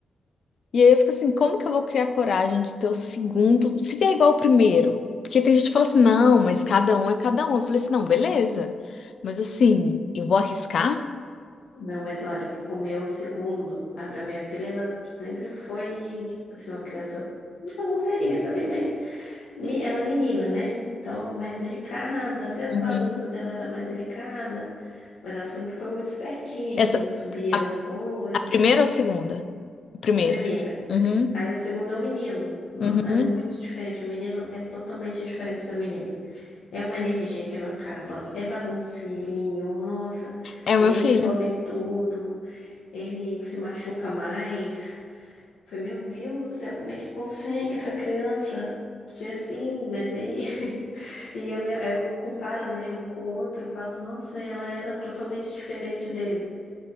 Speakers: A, on the left; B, on the left.
A: E aí eu fico assim, como que eu vou criar coragem de ter o segundo, se vier igual ao primeiro? Porque tem gente que fala assim, não, mas cada um é cada um. Eu falei assim, não, beleza. Mas assim, eu vou arriscar?
B: Não, mas olha, o meu segundo, a a minha filha, ela sempre foi, assim, uma criança bagunceirinha também, mas me- ela é menina, né? Então, mais delicada, até as
A: Uhum.
B: bagunças dela era mais delicada, mas ela sempre foi muito espertinha, assim,
A: Essa,
B: subia
A: a,
B: nas coisas.
A: a primeira ou a segunda? A primeira.
B: A primeira.
A: Uhum.
B: Aí o segundo é o menino. Nossa,
A: Uhum.
B: é muito diferente. O menino é totalmente diferente da menina. É uma energia que não acaba, é bagunceirinho, nossa,
A: É
B: ele
A: o meu filho.
B: sobe em tudo. Ele se machuca mais. Falei, meu Deus do céu, como é que consegue essa criança ser assim? Mas aí, <laughs> e a minha- aí eu comparo, né, um com o outro, falo, nossa, ela era totalmente diferente dele.